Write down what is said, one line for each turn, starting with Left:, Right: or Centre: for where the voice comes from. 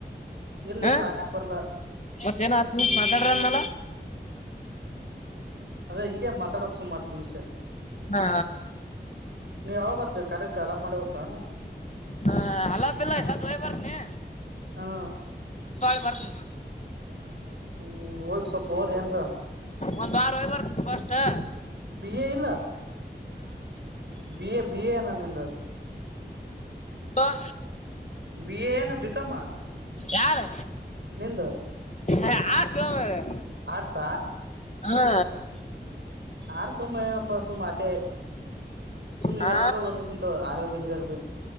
Right: ಇಲ್ಲ
Left: ಹ
Right: ಇಲ್ಲ ಹಾಕಕ್ ಬರ್ಲ್ಲ
Left: ಮತ್ತೇನ್ ಹತ್ತು ನಿಮಿಷ ಮಾತಾಡ್ರಿ ಅಂದನಲ್ಲ
Right: ಅದೇ ಹಿಂಗೆ ಮಾತಾಡೋಕ್ ಸುಮ್ ಹತ್ತು ನಿಮಿಷ
Left: ಹಾ
Right: ನೀ ಯಾವಾಗ ಕಾಲೇಜ ಕಲಾ ಮಾಡ ಹುತ್ತಾ ಏನ್
Left: ಹಾ ಹಲಬಿಲ್ಲ ಎ ಸತ್ ವಯ್ ಬರ್ತೀನಿ
Right: ಹಾ
Left: ಫರ್ಸ್
Right: ಹ್ಮ್ ಹೋಗಿ ಸ್ವಲ್ಪ ಹೋದ್ಏನ್ರ
Left: ಒಂದ್ ವಾರ ಹೋಗಿ ಬರ್ತೀನಿ ಫಸ್ಟ್ ಹಾ
Right: ಬಿ ಎ ಇಲ್ಲ ಬಿ ಎ ಬಿ ಎ ನಾನ್ ನಿಂದ
Left: ಬಾ
Right: ಬಿಎ ಏನ್ ಬಿಕಮ್ ಹಾ
Left: ಯಾರು
Right: ನಿಂದ
Left: ಆ ಹಸು ಏನ್ ಮಾರಾಯ
Right: ಆಡ್ಸ
Left: ಹಾ
Right: ಆರು ಸುಮಮ್ಮನೆ ಏನಪ್ಪ ಸುಮ್ಮ್ ಅಟೆ ಸುಮ್ಮ್ನೆವು
Left: ಹಾ
Right: ಯಾವಾರ ಓದ್ಬೇಕಿಂತ ಆರ ಬಗ್ರಬೇಕ